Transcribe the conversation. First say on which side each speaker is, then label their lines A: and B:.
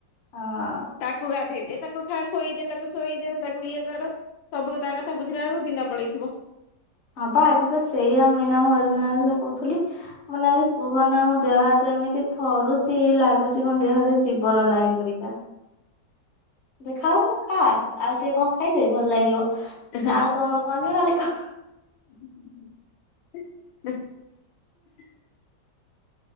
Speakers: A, on the left; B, on the left.
A: ହଁ।
B: ତାକୁ ଗାଧେଇ ଦେ ତାକୁ ଖା ଖୋଇଦେ ତାକୁ ଶୋଇଦେ ତାକୁ ଇଏ କର ସବୁରେ ତା କଥା ବୁଝିଲା ବେଳକୁ ଦିନ ପଳେଇଥିବ।
A: ହଁ ବା ଆଜି ବା ସେଇ ଆଉ <unintelligible> କହୁଥିଲି। ମାନେ ଆଜି କୁହ ନା ମୋ ଦେହ ହାତ ଏମିତି ଥରୁଛି ଲାଗୁଛି ମୋ ଦେହରେ ଜୀବନ ନାହିଁପରି। ଖା ଦେ ଖାଉନୁ ଖା। ଆଉ ଟିକେ କଣ ଖାଇଦେ ଭଲ ଲାଗିବ
B: କଣ
A: ନା ଆଉ ତମର କଣ ଯିବ ହେଲେ କ
B: <inaudible>